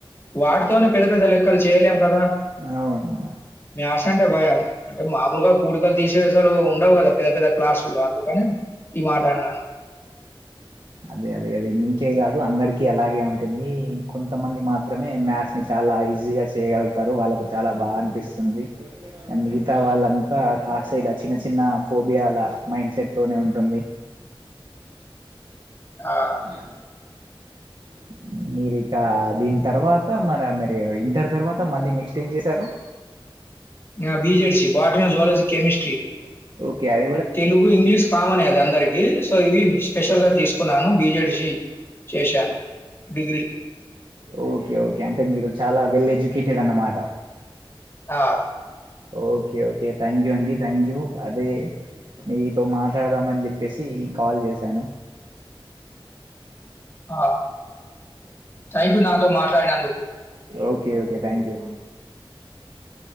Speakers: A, on the left (about 25°); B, on the right (about 55°).
A: వాటితోనే పెద్ద పెద్ద లెక్కలు చేయలేము కదా
B: అవును
A: మ్యాస్ అంటే భయం అంటే మామూలుగా కూడికలు తీసివేసాలు ఉంటాయి న్నవు గదా పెద్ద పెద్ద క్లాసుల్లో అందుకని ఈ మాట అన్నాను.
B: అదే అదే అది నీకే గాదు అందరికీ అలాగే ఉంటుంది, కొంతమంది మాత్రమే మ్యాథ్స్ ని చాలా ఆ ఈజీ గా చేయగలుగుతారు వాళ్ళకు చాల బాగ అనిపిస్తుంది, మిగతా వాళ్ళంతా కాస్ ఇలా చిన్న చిన్న ఫోబియాలా మైండ్ సెట్ తోనే ఉంటుంది.
A: ఆహ్,
B: ఒ అంతేనా అ మీరికా దీన్తర్వాత మన మరి ఇంటర్ తర్వాత మళ్ళీ నెక్స్ట్ ఏం చేశారు?
A: నా B Z C botany zoology chemistry.
B: Okay అద్
A: తెలుగు ఇంగ్లీష్ కామనే అది అందరికీ, సో ఇవి స్పెషల్ గా తీసుకున్నాను బి జెడ్ సి చేశాను డిగ్రీ
B: ఓకే ఓకే అంటే మీరు చాలా వెల్ ఎడ్యుకేటెడ్ అన్నమాట.
A: ఆ
B: ఓకే ఓకే థ్యాంక్ యూ అండి, థ్యాంక్ యూ అదే మీతో మాట్లాడదామని చెప్పేసి కాల్ చేశాను.
A: ఆ థ్యాంక్ యూ నాతో మాట్లాడినందుకు.
B: Okay okay thank you.